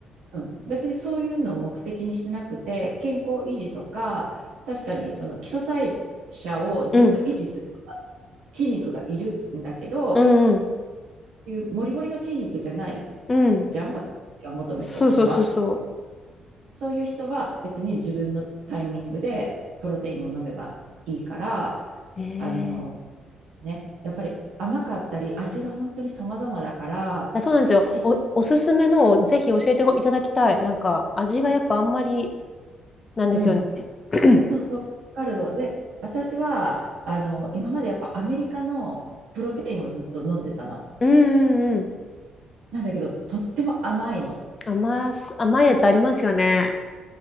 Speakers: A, on the right; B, on the left.
A: うん、別にそういうのを目的にしてなくて、健康維持とか、確かにその基礎代謝をずっと維持する
B: うん。うん。
A: 筋肉がいるんだけど、
B: うんうん。
A: いうモリモリの筋肉じゃない
B: うん。
A: じゃん、私たちが求めてるのは。
B: そうそうそうそ
A: そういう人は別に自分のタイミングでプロテインを飲めばいいから、
B: う。
A: あの、
B: ええ
A: ね、やっぱり甘かったり、味が本当に様々だから、
B: あ、そうなんですよ。
A: 好き、
B: お、おすすめのをぜひ教えていただきたい。なんか味がやっぱあんまりなんですよね。
A: うん、
B: <clears throat>
A: そうそう、わかるの。で、私は、あの、今までやっぱアメリカのプロテインをずっと飲んでたの。
B: うんうんうん。
A: なんだけど、とっても甘いの。
B: 甘す、甘いやつありますよね。